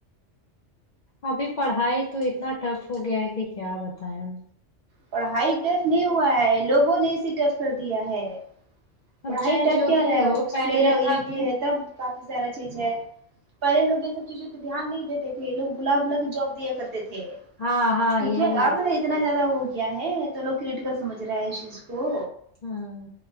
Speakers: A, on the left (about 55°); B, on the right (about 55°).
A: ابھی پڑھائی تو اتنا ٹف ہو گیا ہے کہ کیا بتائیں ہم
B: پڑھائی ٹف نہیں ہوا ہے لوگوں نے اسے ٹف کر دیا ہے پڑھائی
A: اب چاہے
B: ٹف
A: جو
B: کیا
A: بھی
B: رہے
A: ہو
B: گا بکس
A: پہلے
B: وغیرہ یہ
A: تھا
B: بھی
A: کہ
B: ہے تب کافی سارا چیز ہے پہلے لوگ یہ سب چیزوں پہ دھیان نہیں دیتے تھے لوگ بلا بلا کے جاب دیا کرتے تھے
A: ہاں ہاں
B: ٹھیک
A: یہی
B: ہے اب اتنا زیادہ ہو گیا ہے تو لوگ کرٹیکل سمجھ رہے ہے اس چیز کو
A: ہوں